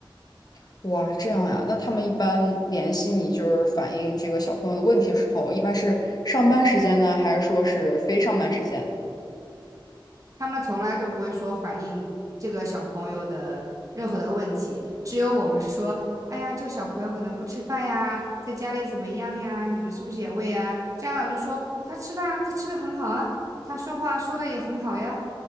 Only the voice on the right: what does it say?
他们从来都不会说反映这个小朋友的任何的问题，只有我们说，哎呀，这个小朋友可能不吃饭呀，在家里怎么样呀？你们是不是也喂啊？家长就说他吃饭啊他吃的很好啊，他说话说的也很好呀。